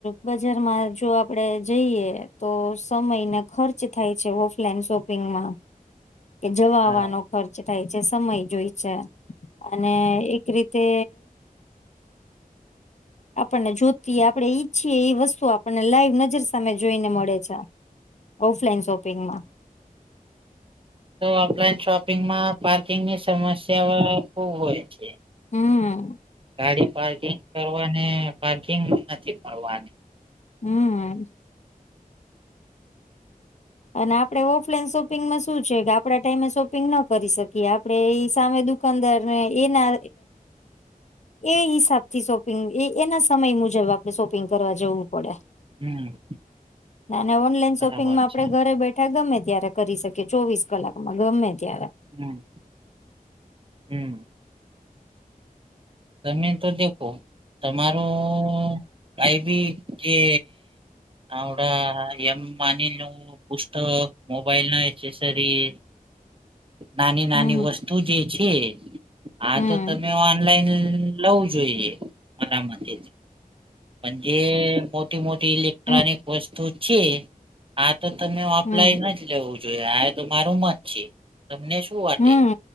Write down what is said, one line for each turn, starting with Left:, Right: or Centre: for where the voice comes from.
Left: બજારમાં જો આપડે જઈએ તો સમય ને ખર્ચ. થાય છે ઓફલાઈન શોપિંગમાં.
Right: <inaudible>
Left: એ જવાવાનો
Right: હા
Left: ખર્ચ થાય છે સમય જોય છે અને એક રીતે આપણને જોતી આપડે ઈચ્છીએ એ વસ્તુ આપણને લાઈવ નજર સામે જોઈને મળે છે ઓફ લઇન શોપિંગમાં.
Right: ઓફલાઈન શોપિંગમાં પાર્કિંગની સમસ્યા ખુબ હોય છે.
Left: હમ.
Right: ગાડી પાર્કિંગ કરવાને પાર્કિંગ નથી કરવાની
Left: હમ. અને આપણે ઓફલાઈન શોપિંગમાં શું છે કે આપડા ટાઈમે શોપિંગ ન કરી શકીએ આપડે એઈ સામે દુ કાનદાર એ ના
Right: <inaudible>
Left: એ હિસાબ થી શોપિંગ એ એના સમય મુજબ આપણે શોપિંગ કરવા જવું પડે.
Right: હમ.
Left: ના ઓનલાઈન
Right: બરાબર
Left: શોપિંગ માં
Right: છે
Left: ઘરે બેઠા ગમે ત્યારે કરી શકી ચોવીસ કલાકમાં ગમે ત્યારે.
Right: હમ. હમ તમે તો દેખો તમારું કઈ બી જે હડા એમ માનીલ નું પુસ્તક, મોબાઈલ ના એક્સેસરીઝ નાની નાની
Left: હમ
Right: વસ્તુ જે છે, આ
Left: હમ
Right: તો તમે ઓનલાઈન લવું જોઈએ મારા માટેથી પણ જે મોટી મોટી ઇલેક્ટ્રોનિક
Left: હમ
Right: વસ્તુ છે આ તો તમે ઓફલાઇન
Left: હમ
Right: ન જ લેવું જોઈએ આ તો મારું મત છે, તમને શું? વાટે
Left: હમ